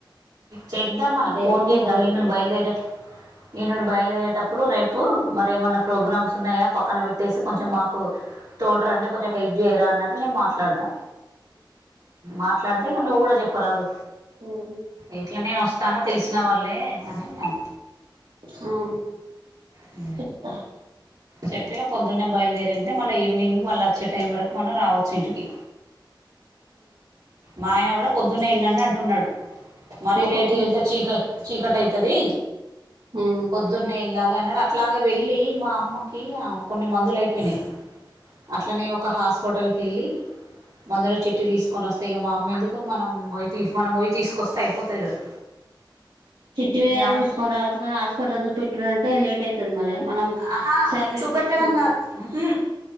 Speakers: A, on the right (about 55°); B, on the right (about 80°).
A: చేద్దాం మనం
B: రేపు
A: ఫోన్ చేద్దాం
B: రేపు
A: <unintelligible> బయలుదేరే ఈ నుండి బయలుదేరేటప్పుడు రే <unintelligible> మరి ఏమన్నా ప్రోగ్రామ్స్ ఉన్నాయా పక్కన పెట్టేసి కొంచెం మాకు తోట రండి కొంచెం హెల్ప్ చేయర అన్న అట్టనేే మాట్లాడతా మాట్లాడితే ఇక నువ్వు కూడ చెప్పరాదు
B: హు
A: ఎట్ల నేను వస్తా తెలిసిన వాళ్ళే అని అ
B: ఆ
A: హు
B: చెప్తా
A: చెప్పగ పొద్దున్నే బయలుదేరి వెళ్తే మళ్ళీ ఈవినింగ్ వాళ్ళు వచ్చే టైం వరకు మనం రావచ్చు ఇంటికి మా ఆయన కూడ పొద్దున్నే ఎళ్ళండి అంటున్నాడు మరీ
B: ఆ
A: లేటు
B: పొద్దున్న
A: వెళ్తే చీక చీకటి అయితది
B: ఆ
A: పొద్దున్నే వెళ్ళాలి అనే అట్లాగ వెళ్ళి మా అమ్మకి కొన్ని మందులు అయిపోయినాయ్ అట్లనే ఒక హాస్ హోటల్కి వెళ్ళి మందులో చెట్టు తీసుకొని వస్తే ఇక మా అమ్మ ఎందుకు మనం పో మనం పోయి తీస్ <unintelligible> అయిపోతది కదా
B: చిట్టివి
A: ఇక
B: అది
A: ఆమె
B: తీసుకని రావచ్చు <unintelligible> హాస్పిటల్ లో చూపెట్టాడంటే లేట్ అవుతది మరి మనం
A: ఆహా
B: షాపింగ్
A: చూపెట్టడం
B: చేసుడు
A: కాదు ఉహు